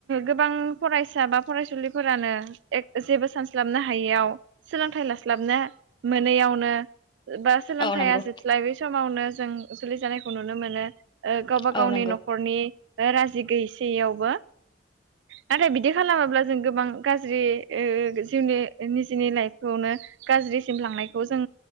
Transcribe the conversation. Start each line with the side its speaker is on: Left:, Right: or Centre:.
Right: गोबां फरायसा बा फरायसुलिफोरानो एक जेबो सानस्लाबनो हायैयाव सोलोंथाइ लास्लाबनो मोनैयावनो बा सोलोंथाय
Left: औ नंगौ
Right: <unintelligible> जोबस्लाबै समावनो जों जुलि जानाय नुनो मोनो। ओ गावबा
Left: औ
Right: गावनि
Left: नंगौ
Right: न'खरनि राजि गिस जि आवबो नाथाय बिदि खालामाब्ला जों गोबां गाज्रि ओ जिउनि निजिनि लाइफ खौनो गाज्रिसिम लांनायखौ जों